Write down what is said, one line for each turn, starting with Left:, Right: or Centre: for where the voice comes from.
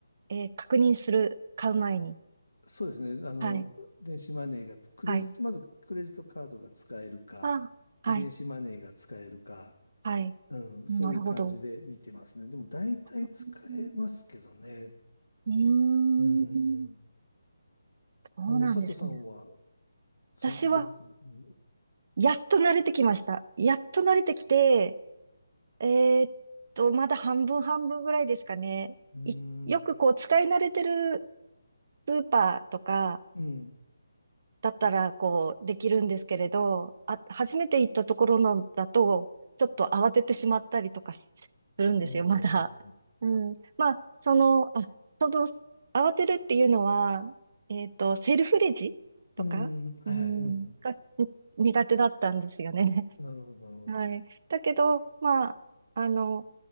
Right: う、えー確認する、買う前に。
Left: そうですね。あの、
Right: はい。
Left: 電子マネーがつ、クレジット、
Right: はい。
Left: まずクレジットカードが使えるか、
Right: あ、はい。
Left: で電子マネーが使えるか、
Right: はい。
Left: うん、そういう感じで見てますね。
Right: なるほど。
Left: でも大体使えますけどね。
Right: うーんうーん、
Left: うん。
Right: そうなんですね。
Left: あの、佐藤さんは、その、
Right: 私は、
Left: どんな感じ、
Right: やっと慣れてきました。やっと慣れてきて、えーっと、まだ半分半分ぐらいですかね。
Left: うん、
Right: いよくこう、使い慣れてるスーパーとか
Left: うん、うん、
Right: だったら、こう、できるんですけれど、あ、初めて行ったところのだと、ちょっと慌ててしまったりとかするんですよ、
Left: あ
Right: まだ。
Left: ー
Right: うん。まあ、その、あ、その、慌てるっていうのは、えーっと、セルフレジとか、
Left: うん、はいはい、
Right: うん、
Left: うん。
Right: が苦手だったんですよね。
Left: なるほど、なるほど。
Right: はい。だけど、まあ、あの、